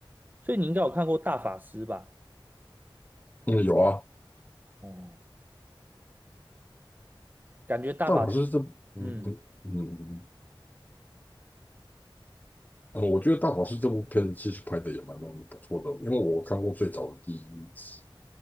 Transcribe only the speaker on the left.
嗯，有啊，
但我是这，嗯嗯嗯。
嗯嗯，我觉得《大法师》这部片子其实拍的也蛮不错的，因为我看过最早的第一集。